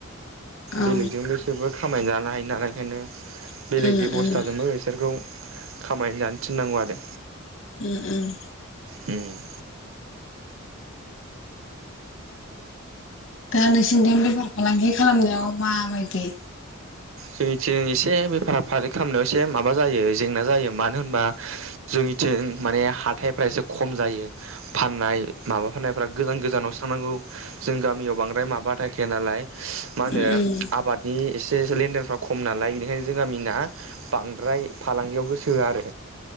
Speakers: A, on the left (about 65°); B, on the right (about 70°).
A: औ
B: बेलेगजोंबोसोबो खामाय जानाय <unintelligible> हायो नालाय ओखायनो
A: उम
B: बेलेग बेबस्थाजोंबो
A: उम
B: बिसोरखौ खामाय जानो थिननांगौ आरो
A: उम उम
B: उम
A: दा नोंसिनिथिं बेफार फालांगि खालामनायाव मा बायदि
B: जोंनिथिं एसे बेफार फारि खालामनायाव एसे माबा जायो जेंना जायो मानो होनबा जोंनिथिं माने हाथायफ्रा एसे खम जायो फाननाय माबा फाननायफ्रा गोजान गोजानाव थांनांगौ जों गामियाव बांद्राय माबा थाखाय गैया नालाय मा होनो
A: उम उम
B: आबादनि एसे <unintelligible> खम नालाय बेनिखायनो जों गामिना बांद्राय फालांगियाव गोसो होया आरो।